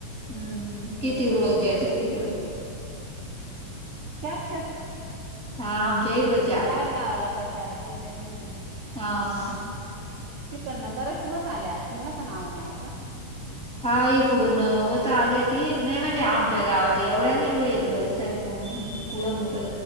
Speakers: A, in the centre; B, on the right.
A: हम्म हम्म
B: हा
A: किती
B: का
A: रोज द्यायच्यां तिकडं?
B: चारशे
A: हा आमच्या इकडेच
B: बाहेर गावाला का चारशे देतेतील
A: हा.
B: तिकडनं बऱ्याच होत आल्या असतील ना पण आवण्या आता.
A: हा इकडून होत आल्या ती नाही म्हणजे आमच्या गावात एवढ्या नाही होईल हो कुडमुड